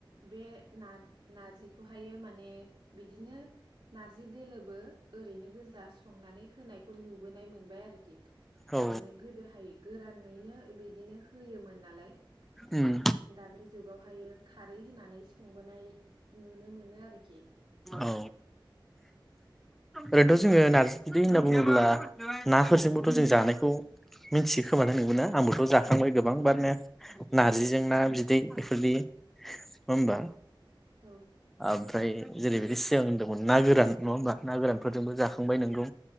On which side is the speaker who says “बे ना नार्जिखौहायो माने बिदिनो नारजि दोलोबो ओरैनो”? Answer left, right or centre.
Right